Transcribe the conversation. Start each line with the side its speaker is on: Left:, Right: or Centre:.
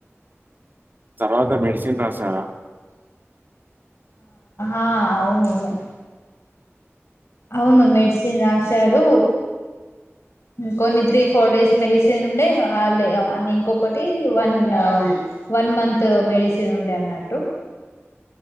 Right: తర్వాత మెడిసెన్ రాసారా
Left: ఆ అవును బై అవును మెడ్సిన్ రాస్ శారు ఉమ్ కొన్ని త్రీ ఫోర్ డేస్ మెరిసెనుండే ఆల్లే అవన్ని ఇంకొకటి వన్ వన్ మంత్ మెడిసిన్ ఉండే అన్నట్టు